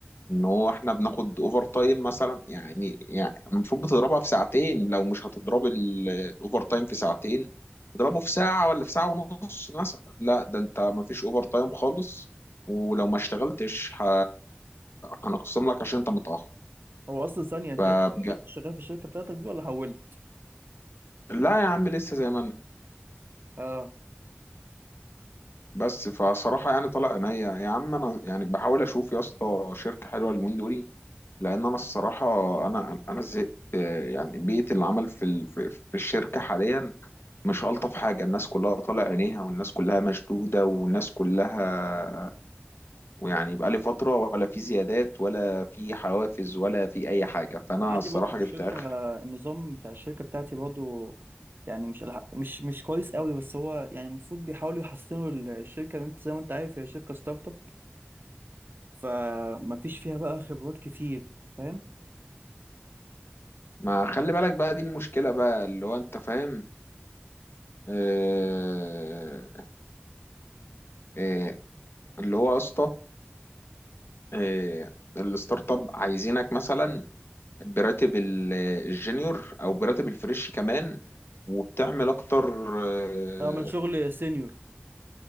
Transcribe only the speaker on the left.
ان هو احنا بناخد اوفر تايم مثلا يعني يعني المفروض بتضربها في ساعتين لو مش هتضرب ال- الاوفر تايم في ساعتين اضربه في ساعة ولا في ساعة ونص مثلا لا ده انت مفيش اوفر تايم خالص ولو ما اشتغلتش ه... هنخصم لك عشان انت متأخر
فبج...
لا يا عم لسه زي ما انا
بس فصراحة يعني طلع عينيا يا عم انا يعني بحاول اشوف يا اسطى شركة حلوة اليومين دول لان انا الصراحة انا انا زهقت آه، يعني بيئة العمل في ال... في في الشركة حاليا مش ألطف حاجة الناس كلها طالع عينيها والناس كلها مشدودة والناس كلها ويعني بقالي فترة ولا في زيادات ولا في حوافز ولا في أي حاجة فأنا
الصراحة
جبت آخر
ما خلي بالك بقى دي المشكلة بقى اللي هو أنت فاهم آه آه اللي هو يا اسطى آه الستارت اب عايزينك مثلا براتب ال- الجونيور أو براتب الفريش كمان وبتعمل أكتر آه،